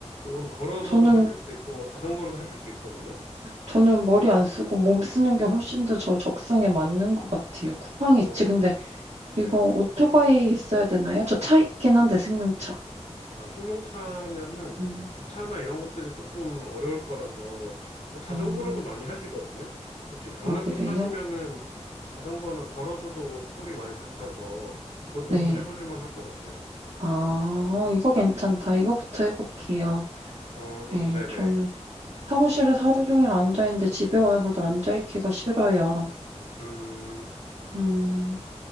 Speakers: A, on the left; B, on the right.
A: 요건 걸어서도
B: 저는,
A: 하실 수 있고, 뭐 자전거로도 하실 수 있거든요.
B: 저는 머리 안 쓰고 몸 쓰는 게 훨씬 더 저 적성에 맞는 것 같아요. 쿠팡
A: 어,
B: 있지. 근데
A: 네.
B: 이거 오토바이 있어야 되나요? 저 차 있긴 한데, 승용차.
A: 아, 승용차면은
B: 음,
A: 주차나 이런 것들이 조금 어려울 거라서 뭐 자전거로도
B: 어,
A: 많이 하시거든요. 혹시 강남
B: 아, 그래요?
A: 쪽 사시면은 자전거나 걸어서도 콜이 많이 잡혀서 그것도
B: 네.
A: 한번 해보실 만할 것 같아요.
B: 아, 이거 괜찮다. 이거부터 해볼게요.
A: 어,
B: 네,
A: 네네.
B: 저는 사무실에서 하루 종일 앉아있는데 집에 와서도 앉아있기가 싫어요.
A: 음,
B: 음,